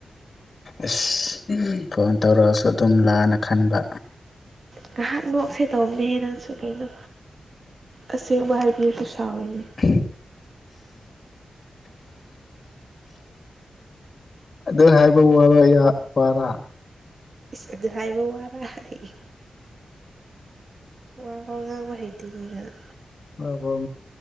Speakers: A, on the left; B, on the right.
A: ꯑꯁ ꯐꯣꯟ ꯇꯧꯔꯛꯑꯁꯨ ꯑꯗꯨꯝ ꯂꯥꯅ ꯈꯟꯕ꯫
B: ꯉꯥꯏꯍꯥꯛ ꯅꯣꯛꯁꯦ ꯇꯧꯕꯅꯦꯍꯦ ꯅꯪꯁꯨ ꯀꯩꯅꯣ ꯑꯁꯦꯡꯕ ꯍꯥꯏꯕꯤꯔꯁꯨ ꯁꯥꯎꯋꯦꯅꯦ꯫
A: <unintelligible> ꯑꯗꯨ ꯍꯥꯏꯕ ꯋꯥꯕ ꯌꯥ ꯋꯥꯔꯥ꯫
B: ꯑꯗꯨ ꯍꯥꯏꯕ ꯋꯥꯔ ꯑꯩ꯫ ꯋꯥꯐꯥꯎ ꯉꯥꯡꯕ ꯍꯩꯇꯦꯅꯦ ꯅꯪ꯫
A: ꯋꯥꯐꯥꯎ